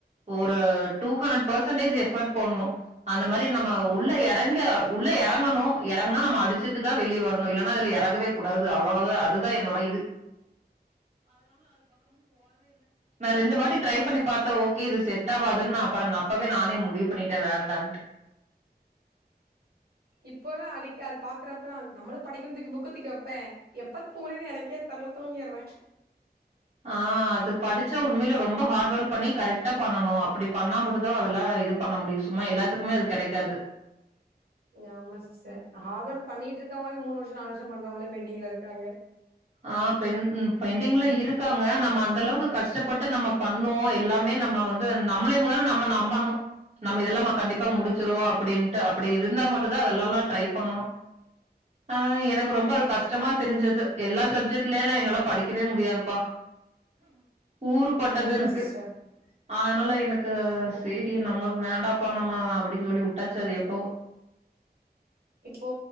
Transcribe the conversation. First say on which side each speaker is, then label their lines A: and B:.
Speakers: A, on the right; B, on the right.
A: ஒரு டூ ஹண்னட் பஸ்சன்டேஜ் எஃபட் போட்ணு அந்த மாறி நம்ம உள்ள யறங்க உள்ள யறங்கணு யறங்னா நம்ம அடிச்சிட்டுதா வெளிய வரணு இல்லன்னா அதுல யறகவே கூடாது அவ்ளோடதே அதுதா என்னோட இது நா ரெண்டு வாட்டி ட்ரை பண்ணி பாத்தே ஓகே இது செட் ஆவாதுன்னு அப்றம் அப்பவே நானே முடிவு பண்ணிட்டே வேண்டான்னு
B: இப்போல்லா அடிக்க அது பாக்குறப்பல்லா நம்மளு படிக்கனு தூக்கி புக்க தூக்கி வப்பே எப்பத்தூங்கறேன்னு எனக்கே தெர்ல தூங்கியறே
A: ஆ அது படுச்சா உண்மைலே ரொம்ப ஹார்டு ஒர்க் பண்ணி கரெக்டா பண்ணனு அப்டி பண்ணா மட்டுந்தா அதெல்லா இது பண்ண முடியு சும்மா எல்லாத்துக்குமே அது கெடைக்காது
B: ஆமா சிஸ்டர் ஹார்ட் ஒர்க் பண்ணிட்டு இருக்கவுங்களே மூனு வர்ஷொ நாலு வர்ஷொ பண்றவுங்களே பென்டிங்ல இருக்காங்க
A: ஆ பென் பென்டிங்ல இருக்காங்க நம்ம அந்த அளவுக்கு கஷ்டப்பட்டு நம்ம பண்ணுவோ எல்லாமே நம்ம வந்து நம்மளை மொதல்ல நம்ம நம்பணு நம்ம இதெல்லா கண்டிப்பா முடிச்சிருவொ
B: அது அ
A: அப்டின்ட்டு அப்டி இருந்தா மட்டுந் தா அதுலெல்லா ட்ரை பண்ணனு ஆ எனக்கு ரொம்ப அது கஷ்டமா தெருஞ்சது எல்லா சப்ஜெக்ட்லேலா என்னால படிக்கவே முடியாதுப்பா ஊறு பட்டது
B: கண்டிப்பா
A: இருக்கு
B: சிஸ்டர்
A: ஆதுனால எனக்கு சேரி
B: ம்
A: நம்மக்கு வேண்டா <unintelligible> அப்டின் சொல்லி வுட்டாச்சி அது எப்பவோ
B: இப்போ